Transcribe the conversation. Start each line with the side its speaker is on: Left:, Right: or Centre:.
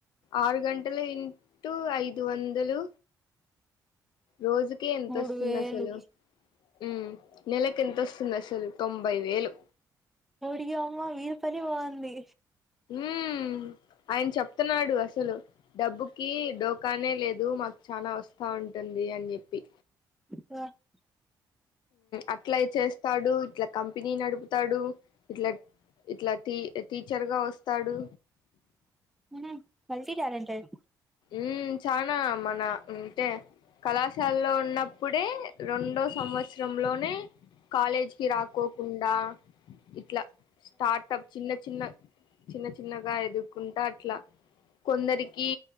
Left: ఆరు గంటలు ఇంటు ఐదు వందలు రోజుకే ఎంత
Centre: మూడు
Left: ఒస్తుంది
Centre: వేలు
Left: అసలు ఉమ్ నెలకు ఎంతొస్ అసలు తొంభై వేలు
Centre: ఓడి యామ్మ ఈల్ల పని బాగుంది
Left: ఊమ్ ఆయన చెప్తున్నాడు అసలు డబ్బుకి డోక నే లేదు మాకు చాల ఒస్తా ఉంటుంది అని చెప్పి
Centre: స
Left: అట్ల ఇది చేస్తాడు ఇట్ల కంపెనీ నడుపుతాడు ఇట్ల ఇట్ల టీ టీచర్గ వస్తాడు
Centre: ఉహ్ మల్టీ టాలెంటెడ్
Left: ఉమ్ చాన మన అంటె కళాశాలలో ఉన్నప్పుడే రెండో సంవత్సరంలోనె కాలేజ్ కి రాకోకుండ ఇట్ల స్టార్టప్ చిన్న చిన్న చిన్న చిన్నగా ఎదుకుంటా అట్లా కొందరికి